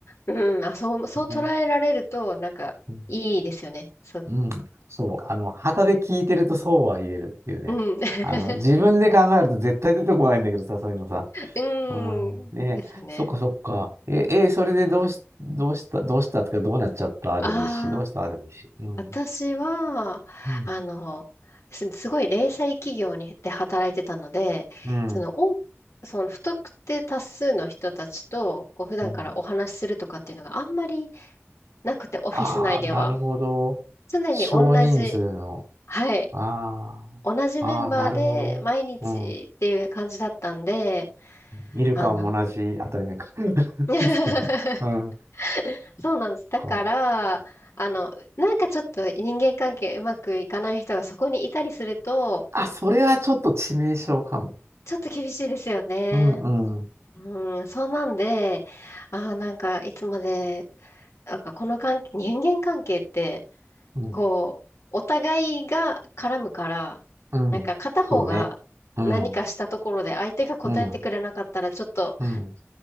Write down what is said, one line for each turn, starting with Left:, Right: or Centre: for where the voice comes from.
Left: うん、あ、そう、そう捉えられると、
Right: ね。
Left: なんか、
Right: うん
Left: いいですよね。そう、
Right: うん。そう。あの、旗で聞いてるとそうは言えるっていうね。
Left: うん。<laughs>
Right: あの、自分で考えると絶対出てこないんだけどさ、そういうのさ。
Left: うん、
Right: うん。ね、
Left: ですよね。
Right: そっかそっか。え、え、それでどうし、どうした、どうしたとか、どうなっちゃったでもいいし、
Left: ああ、
Right: どうしたでもいいし。うん。
Left: 私は、
Right: うん。
Left: あの、す、すごい零細企業に、で働いてたので、
Right: うん。
Left: その、お、その不特定多数の人たちと、こう、普段からお話しするとかっていうのがあんまり
Right: うん。
Left: なくて、オフィス内では。
Right: ああ、なるほど。
Left: 常に同じ、
Right: 少人数の。
Left: はい、
Right: あ
Left: 同じメンバーで毎日っていう感じだったんで、
Right: あ。ああ、なるほど。うん。うん見るかも同じ当たり前か。
Left: あの、
Right: <laughs> そうねうん。
Left: <laughs> そうなんです。だから、
Right: か。
Left: あの、なんかちょっと人間関係うまくいかない人がそこにいたりすると、
Right: あ、それはちょっと致命傷かも。
Left: ちょっと厳しいですよね。
Right: うん、うん、
Left: うん、そうなんで、あーなんかいつまで、なんかこの関係、人間関係って、
Right: うん、
Left: こう、お互いが絡むから、
Right: うん。
Left: なんか片方が何かしたところで相手が答えてくれなかったら、
Right: そうね。うん、うん、
Left: ちょっと
Right: うん、